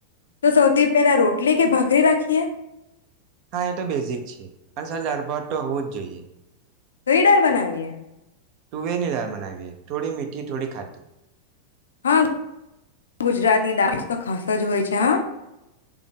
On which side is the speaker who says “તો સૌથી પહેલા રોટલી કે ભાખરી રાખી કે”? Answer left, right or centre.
Left